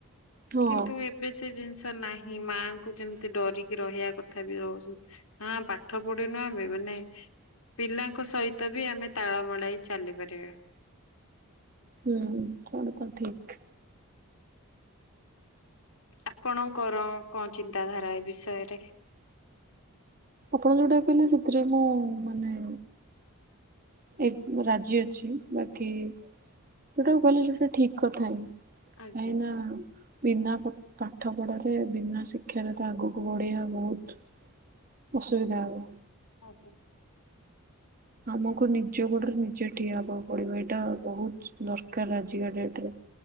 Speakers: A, on the right; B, on the left.
A: ହଁ।
B: କିନ୍ତୁ ଏବେ ସେ ଜିନିଷ ନାହିଁ। ମାଙ୍କୁ ଯେମିତି ଡରିକି ରହିବା କଥା ବି ରହୁଛନ୍ତି। ନା ପାଠ ପଢିନୁ ଆମେ ମାନେ ପିଲାଙ୍କ ସହିତ ବି ଆମେ ତାଳ ମେଡ଼ାଇ ଚାଲି ପାରିବା।
A: ହୁଁ <unintelligible> ଠିକ୍।
B: ଆପଣଙ୍କର କଣ ଚିନ୍ତାଧାରା ଏ ବିଷୟରେ?
A: ଆପଣ ଯୋଉଟା କହିଲେ ସେଥିରେ ମୁଁ ମାନେ ଏକ ରାଜି ଅଛି ବାକି ଯୋଉଟାକୁ କହିଲ ସେଇଟା ଠିକ କଥା ହିଁ।
B: ଆଜ୍ଞା।
A: ଆଇନା ବିନା ପାଠ ପଢାରେ ବିନା ଶିକ୍ଷାରେ ତ ଆଗକୁ ବଢିବା ବହୁତ ଅସୁବିଧା ହବ।
B: ଆଜ୍ଞା।
A: ଆମକୁ ନିଜ ଗୋଡରେ ନିଜେ ଠିଆ ହବାକୁ ପଡିବ ଏଇଟା ବହୁତ ଦରକାର ଆଜିକା ଡେଟରେ।